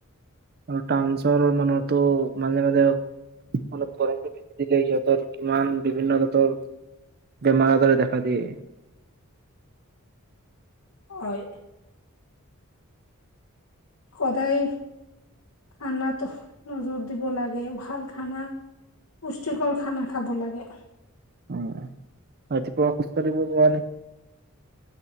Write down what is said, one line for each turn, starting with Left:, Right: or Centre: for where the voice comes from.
Right: আৰু টাউঞ্চৰ মানুহো মাজে মাজে মানে পৰমটো বেছি দিলি কিমান বিভিন্ন জাতৰ বেমাৰ আজাৰে দেখা দিয়ে
Left: হয় সদায় খানাত নজৰ দিব লাগে ভাল খানা পুষ্টিকৰ খানা খাব লাগে
Right: অ ৰাতিপুৱা খুচ কাঢ়িব নোৱাৰোঁ